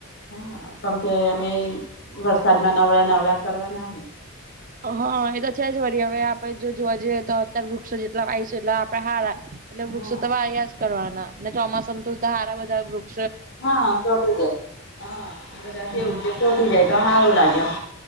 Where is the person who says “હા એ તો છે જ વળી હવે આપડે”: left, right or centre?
Right